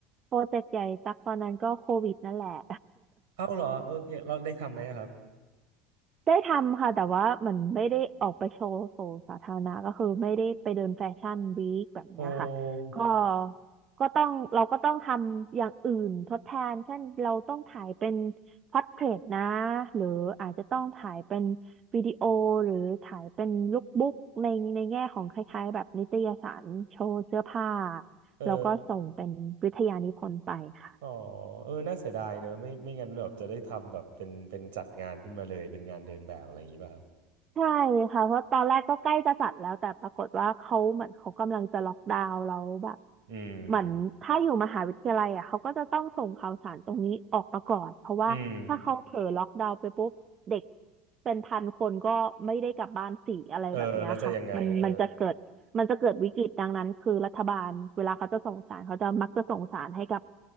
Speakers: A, on the right; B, on the right.
A: โปรเจกต์ใหญ่ตักตอนนั้นก็โควิดนั่นแหละ <laughs>
B: เอ้าเหรอเออเนี่ยเราได้ทำไหมอะครับ
A: ได้ทำค่ะแต่ว่ามันไม่ได้ออกไปโชว์สู่สาธารณะก็คือไม่ได้ไปเดินแฟชั่นวีคแบบเนี้ยค่ะก็
B: โอ้
A: ก็ต้องเราก็ต้องทำอย่างอื่นทดแทนเช่นเราต้องถ่ายเป็นพ o r t เทรตนะหรืออาจจะต้องถ่ายเป็นวิดีโอหรือถ่ายเป็นลุคบุ๊กในในแง่ของคล้ายๆแบบนิตยสารโชว์เสื้อผ้า
B: เออ
A: แล้วก็ส่งเป็นวิทยานิพนธ์ไปค่ะ
B: อ๋อเออน่าเสียดายเนอะไม่ไม่งั้นแบบจะได้ทำแบบเป็นเป็นจัดงานขึ้นมาเลยเป็นงานเดินแบบอะไรอย่างงี้ป่ะครับ
A: ใช่ค่ะเพราะตอนแรกก็ใกล้จะจัดแล้วแต่ปรากฏว่าเขาเหมือนเขากำลังจะล็อกดาวน์แล้วแบบ
B: อืม
A: เหมือนถ้าอยู่มหาวิทยาลัยอ่ะเขาก็จะต้องส่งข่าวสารตรงนี้ออกมาก่อนเพราะว่าถ้าเขาเผลอล็อกดาวน์ไปปุ๊บเด็ก
B: อืม
A: เป็นพันคนก็ไม่ได้กลับบ้านสี่อะไรแบบเนี้ยค่ะมันมันจะเกิดมันจะเกิดวิกฤตดังนั้นคือรัฐบาลเวลาเขาจะส่งสารเขาจะมักจะส่งสารให้กับ
B: เออแล้วจะยังไงเออ